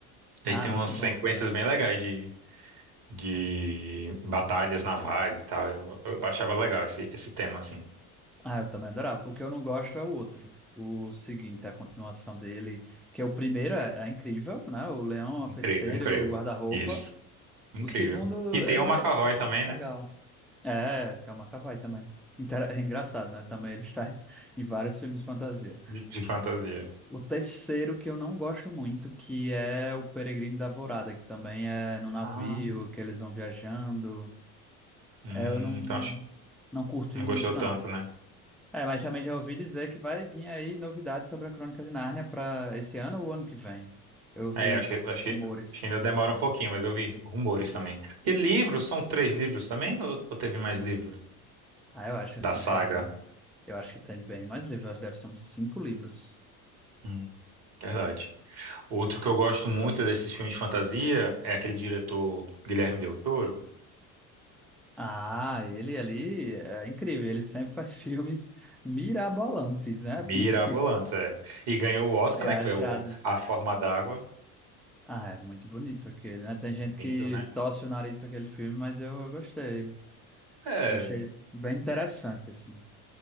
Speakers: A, on the right; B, in the centre.
A: Daí
B: ah,
A: tem
B: muito
A: umas sequências
B: bom também.
A: bem legais de, de batalhas navais e tal. Eu, eu achava legal esse, esse tema, assim.
B: Ah, eu também adorava. O que eu não gosto é o outro. O seguinte, a continuação dele, que é o primeiro é, é incrível, né? O Leão,
A: Incrível,
B: a Feiticeira,
A: incrível.
B: e o Guarda-Roupa.
A: Isso, incrível.
B: O segundo,
A: E tem
B: ele
A: o McAvoy
B: é
A: também, né?
B: legal. É, tem o McAvoy também. Inter- <laughs> É engraçado, né? Também ele está em em vários filmes de fantasia.
A: De, de fantasia.
B: O terceiro que eu não gosto muito, que é o Peregrino da Alvorada, que também é no navio,
A: Ah.
B: que eles vão viajando.
A: Hum,
B: É, eu não,
A: então acho que
B: não curto
A: não
B: muito,
A: gostou
B: não.
A: tanto, né?
B: É, mas também já ouvi dizer que vai vir aí novidades sobre a Crônica de Nárnia para esse ano ou ano que vem. Eu ouvi
A: É, acho que, acho que,
B: rumores.
A: acho que ainda demora um pouquinho, mas eu vi rumores também. E livros? São três livros também? Ou, ou teve mais livros
B: Ah, eu acho que as
A: da
B: Crônicas
A: saga?
B: de Nárnia. Eu acho que tem bem mais livros, eu acho que deve ser uns cinco livros.
A: Hum, verdade. Outro que eu gosto muito desses filmes de fantasia é aquele diretor Guilherme Del Toro,
B: Ah, ele ali é incrível, ele sempre faz <laughs> filmes mirabolantes, né?
A: Mirabolantes,
B: Assim, que
A: é. E ganhou o Oscar,
B: Viajados.
A: né? Que foi o A Forma d'Água.
B: Ah, é muito bonito aquele, né? Tem gente que
A: Lindo, né?
B: torce o nariz com aquele filme, mas eu, eu gostei.
A: É.
B: Eu achei bem interessante, assim.